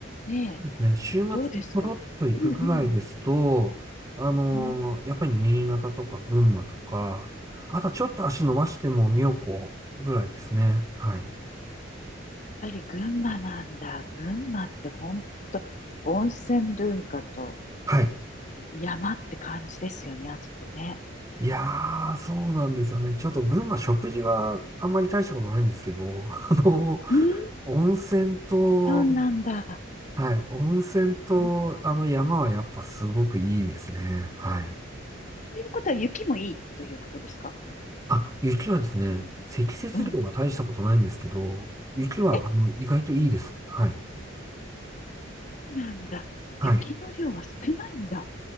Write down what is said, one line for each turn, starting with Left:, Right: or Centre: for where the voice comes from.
Left: ねえ、
Right: うですね。週末にちょろっと行くぐらいですと、
Left: どうですかうんうん。
Right: あのーやっぱり新潟とか群馬とか、
Left: うん
Right: あとはちょっと足伸ばしても妙高ぐらいですね。はい。
Left: ぱり群馬なんだ。群馬って本当温泉文化と
Right: はい。
Left: 山って感じですよね、あそこね。
Right: いやー、そうなんですよね。ちょっと群馬食事はあんまり大したことないんですけど、<laughs> あの
Left: うん、
Right: 温泉と、
Left: そうなんだ。
Right: はい、温泉と、
Left: うん
Right: あの山はやっぱすごくいいですね。はい。
Left: ということは雪もいいということですか
Right: あ、雪はですね、積雪量は大したことないんですけど、
Left: うん。
Right: 雪はあの意外といいです。
Left: え、
Right: はい。
Left: なんだ。
Right: はい。
Left: 雪の量は少ないんだ。